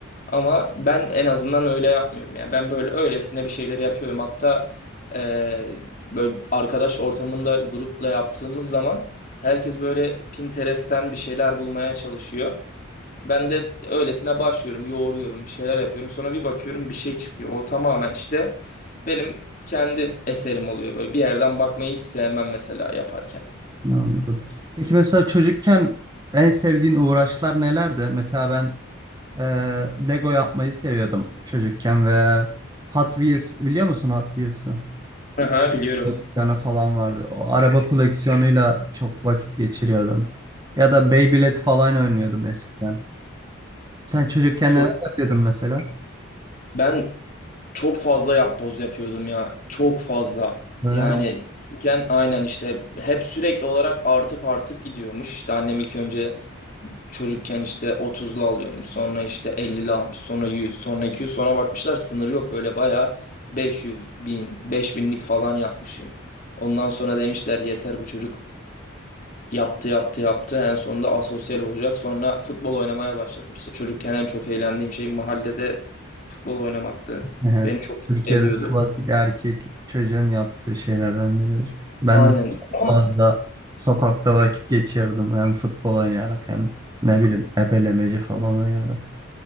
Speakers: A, on the left; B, on the right.
A: Ama ben en azından öyle yapmıyorum yani. Ben böyle öylesine bir şeyleri yapıyorum. Hatta eee, böyle arkadaş ortamında grupla yaptığımız zaman herkes böyle Pinterest'ten bir şeyler bulmaya çalışıyor. Ben de öylesine başlıyorum, yoğuruyorum, bir şeyler yapıyorum. Sonra bir bakıyorum bir şey çıkıyor. O tamamen işte benim kendi eserim oluyor. Böyle bir yerden bakmayı hiç sevmem mesela yaparken.
B: Anladım. Peki mesela çocukken en sevdiğin uğraşlar nelerdi? Mesela ben e, Lego yapmayı seviyordum çocukken ve Hot Wheels biliyor musun Hot Wheels'ı?
A: Aha,
B: Hot Wheels
A: biliyorum.
B: koleksiyonu falan vardı. O araba koleksiyonuyla çok vakit geçiriyordum. Ya da Beyblade falan oynuyordum eskiden. Sen çocukken
A: Çok
B: neler yapıyordun mesela?
A: Ben çok fazla yapboz yapıyordum ya. Çok fazla.
B: Böyle
A: Yani
B: mi?
A: küçükken aynen işte hep sürekli olarak artıp artıp gidiyormuş. İşte annem ilk önce çocukken işte 30'lu alıyormuş. Sonra işte 50'li almış. Sonra yüz sonra iki yüz Sonra bakmışlar sınırı yok. Böyle bayağı beş yüz, bin beş binlik falan yapmışım. Ondan sonra demişler yeter bu çocuk Yaptı yaptı yaptı en sonunda asosyal olacak sonra futbol oynamaya başladım işte çocukken en çok eğlendiğim şey mahallede futbol oynamaktı
B: Evet,
A: beni çok mutlu
B: Türkiye'de
A: ediyordu
B: klasik erkek çocuğun yaptığı şeylerden biridir. Ben
A: aynen
B: de çok
A: ama
B: fazla sokakta vakit geçirdim. Hem futbol oynayarak hem ne bileyim ebelemeci falan oynayarak.